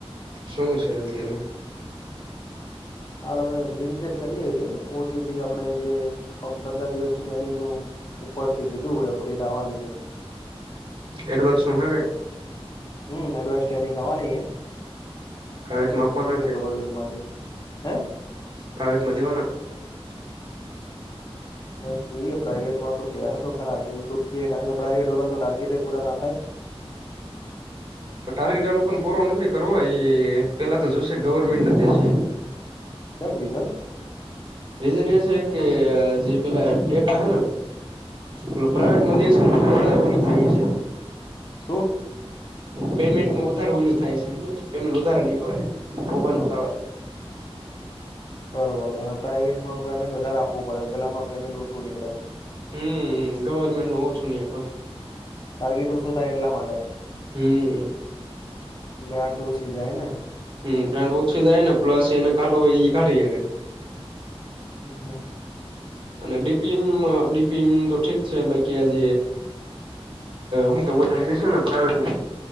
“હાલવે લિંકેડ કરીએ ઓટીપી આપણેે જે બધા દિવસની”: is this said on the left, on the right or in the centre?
Left